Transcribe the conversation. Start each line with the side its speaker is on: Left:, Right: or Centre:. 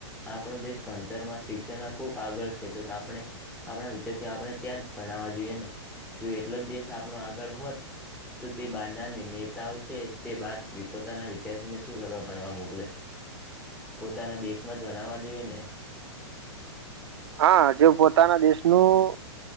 Centre: આપણો દેશ ભણતરમાં શિક્ષણમાં ખૂબ આગળ છે. તો તો આપણે આપણા વિદ્યાર્થીઓ આપણે ત્યાં જ ભણાવવા જોઈએ ને જો એટલો જ દેશ આપણો આગળ હોત તો તે બારના નેતાઓ છે તે બાર પોતાના વિદ્યાર્થીને શું કરવા ભણવા મોકલે પોતાના દેશમાં જ ભણાવવા જોઈએ ને
Right: હા જે પોતાના દેશ નું